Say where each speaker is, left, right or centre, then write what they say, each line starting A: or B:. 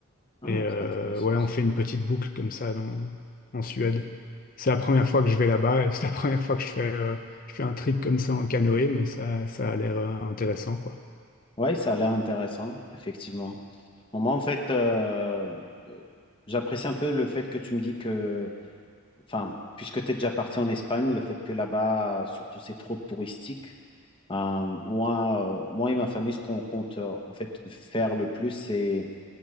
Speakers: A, on the left; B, on the left.
A: Ah,
B: Et euh,
A: c'est intéressant
B: ouais, on
A: ça.
B: fait une petite boucle comme ça dans, en Suède. C'est la première fois que je vais là-bas et c'est la <laughs> première fois que je fais, euh, je fais un trip comme ça en canoë, mais ça, ça a l'air euh, intéressant, quoi.
A: Oui, ça a l'air intéressant, effectivement. Bon, moi, en fait, euh, euh, j'apprécie un peu le fait que tu me dis que, enfin, puisque tu es déjà parti en Espagne, le fait que là-bas, surtout, c'est trop touristique. Euh, moi, euh, moi et ma famille, ce qu'on compte euh, en fait faire le plus, c'est